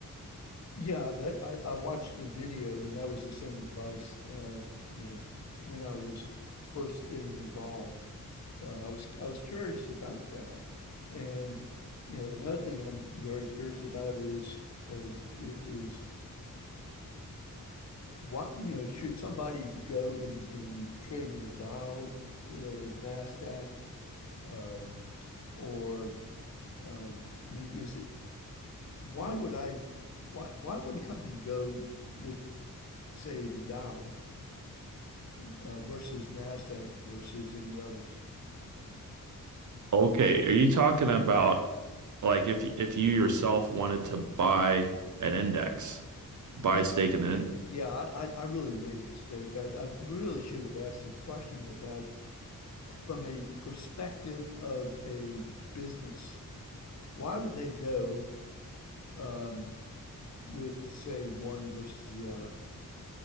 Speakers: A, on the left; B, on the right.
A: Yeah, that I, I watched the video and that was the same advice. Uh, you know, when I was first getting involved. uh, I was I was curious about that, and you know another thing I'm very curious about is is is what you know should somebody go and, and trade in the Dow, the Nasdaq, um, or uh, I mean is it, why would I why why would a company go with say the Dow uh, versus Nasdaq versus any others?
B: Okay, are you talking about? Like if if you yourself wanted to buy an index, buy
A: No, I,
B: stake in
A: I-
B: it.
A: yeah, I, I really made a mistake. I, I really should have asked a question about from a perspective of a business. Why would they go um, with, say, one versus the other?